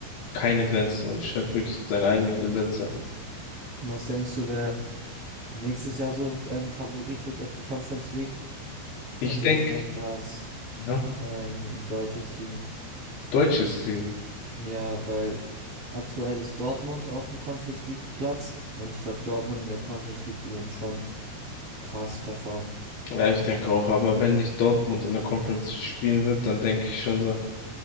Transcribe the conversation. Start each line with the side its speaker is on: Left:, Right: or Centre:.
Left: keine Grenzen und stellt wirklich seine eigenen Gesetze.
Right: Was denkst du, wer nächstes Jahr so ähm, Favorit wird auf die Conference League?
Left: Ich
Right: Also
Left: denke,
Right: ich denke, dass
Left: ja,
Right: ähm, ein deutsches Team.
Left: deutsches Team.
Right: Ja, weil aktuell ist Dortmund auf dem Conference League Platz. Und ich glaube, Dortmund in der Conference League, die würden schon krass performen.
Left: Ja, ich denke auch, aber wenn nicht Dortmund in der Conference spielen wird, dann denke ich schon so,